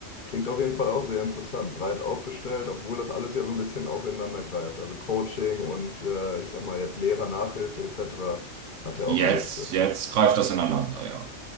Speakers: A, on the left; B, on the right.
A: Klingt auf jeden Fall auch sehr interessant, breit aufgestellt, obwohl das alles ja so ein bisschen auch ineinander greift. Also Coaching und äh, ich sag mal jetzt Lehrer, Nachhilfe etc. hat ja
B: Jetzt,
A: auch alles äh,
B: jetzt greift das ineinander, ja.